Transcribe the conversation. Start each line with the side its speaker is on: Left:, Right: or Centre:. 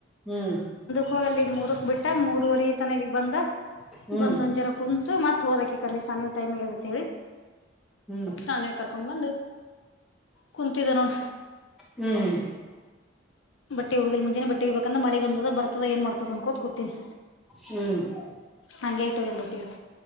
Centre: ಹ್ಮ್.
Left: ಹೋ ಅಲ್ಲಿಗ್ ಮೂರಕ್ ಬಿಟ್ಟ ಮೂರವರೆ ತನ ಇಲ್ಲಿಗ್ ಬಂದ
Centre: ಹ್ಮ್
Left: ಬಂದ <unintelligible> ಕುಂ ಮತ್ ಹೋದಕ ಕರ್ಲಿ ಸಾನಿ ಟೈಮ್ ಅಗೆದಾಂತ್ ಹೇಳಿ
Centre: ಹ್ಮ್
Left: ಸಾನ್ವಿ ಕರ್ಕೊಂಡ್ ಬಂದು. ಕುಂತಿದ್ದ ನೋಡ
Centre: ಹ್ಮ್ ಹ್ಮ್
Left: ಬಟ್ಟಿ ಮುಂಜೆ ಬಟ್ಟಿಗೆ ಬೇಕಂದ ಮಳೆ ಬಂದ ಬರ್ತದೆ ಏನ್ ಮಾಡತಾರೆ ತಗೊಂಡ್ ಕೋತ್ಕಡ್ತೀನಿ
Centre: ಹ್ಮ್
Left: ಹಂಗೆ ಟ್ಟೋಗಲ್ ಬಟ್ಟಿ